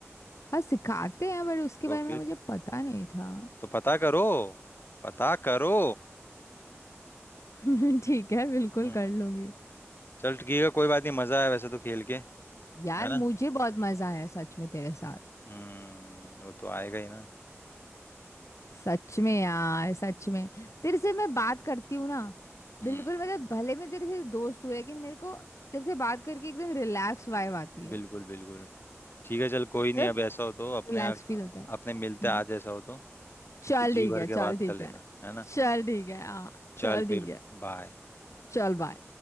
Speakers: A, on the left; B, on the left.
A: हाँ सिखाते हैं बट उसके
B: तो
A: बारे में
B: फिर
A: मुझे पता नहीं था
B: तो पता करो पता करो
A: <laughs> ठीक है बिल्कुल
B: हम्म
A: कर लूंगी
B: चल ठीक है कोई बात नहीं मजा आया वैसे तो खेल के है
A: यार
B: ना
A: मुझे बहुत मजा आया सच में तेरे साथ
B: हम्म वो तो आएगा ही ना
A: सच में यार सच में तेरे से मैं बात करती हूँ ना
B: हम्म
A: बिल्कुल मतलब भले मैं तेरे से दोस्त हूँ लेकिन मेरे को तेरे से बात करके एकदम रिलैक्स वाइब आती
B: बिल्कुल
A: है
B: बिल्कुल ठीक है चल कोई नहीं
A: मतलब
B: अब ऐसा हो तो अपने
A: रिलैक्स फील होता है
B: अपने मिलते
A: हम्म,
B: हैं आज ऐसा हो तो फिर
A: चल
B: जी
A: ठीक
B: भर
A: है
B: के
A: चल
B: बात
A: ठीक
B: कर लेना
A: है
B: है ना
A: चल ठीक है हाँ
B: चल
A: चल ठीक
B: फिर
A: है
B: बाय
A: चल बाय